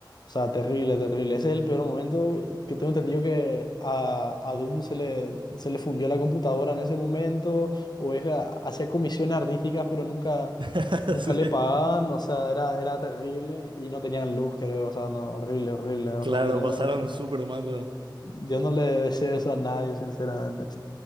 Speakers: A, on the left; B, on the right.
A: O sea, terrible, terrible. Ese es el peor momento que tengo entendido que a, a Doom se le, se le fundió la computadora en ese momento, o es, ah, hacía comisiones artísticas, pero nunca...
B: <laughs>
A: Nunca
B: Sí.
A: le pagaban, o sea, era, era terrible y no tenían luz, creo, o sea, no, horrible, horrible, o
B: Claro,
A: sea, no, yo
B: pasaron
A: no,
B: súper mal.
A: yo no le deseo eso a nadie, sinceramente.